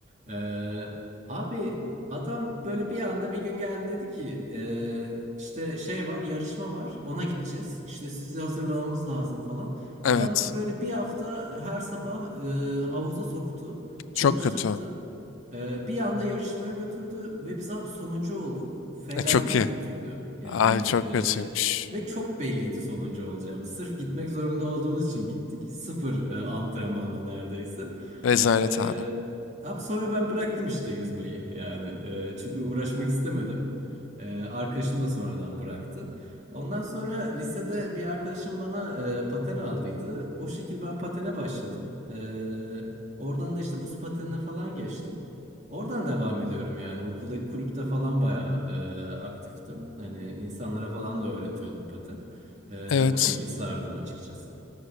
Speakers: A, on the right (about 35°); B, on the left (about 85°).
A: E, abi adam böyle bir anda bir gün geldi dedi ki e, işte şey var yarışma var ona gideceğiz. İşte sizi hazırlamamız lazım falan.
B: Evet.
A: Adam bizi böyle bir hafta her sabah e, havuza soktu, çalıştırttı.
B: Çok kötü.
A: Ee, bir anda yarışmaya götürdü ve biz abi sonuncu olduk. Felaket
B: E, çok iyi.
A: kötüydü. Yani
B: Abi
A: e,
B: çok kötüymüş.
A: ve çok belliydi sonuncu olacağımız. Sırf gitmek zorunda olduğumuz için gittik. Sıfır e, antrenmanla neredeyse.
B: Rezalet
A: E,
B: abi.
A: ab sonra ben bıraktım işte yüzmeyi yani. E, çünkü uğraşmak istemedim. E, arkadaşım da sonradan bıraktı. Ondan sonra lisede bir arkadaşım bana e, paten aldıydı. O şekil ben patene başladım. E, oradan da işte buz patenine falan geçtim. Oradan devam ediyorum yani. Okuldaki kulüpte falan bayağı e, aktiftim. Hani insanlara falan da öğretiyordum paten. E,
B: Evet.
A: o şekil sardım açıkçası.